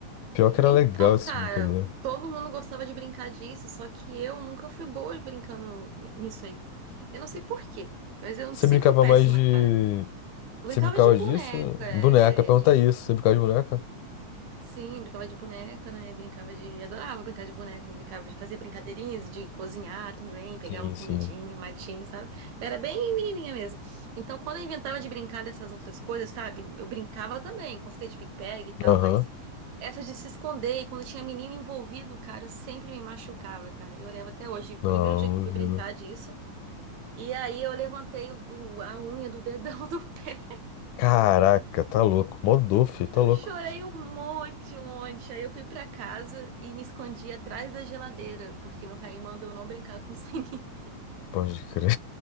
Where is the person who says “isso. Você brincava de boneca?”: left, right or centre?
Left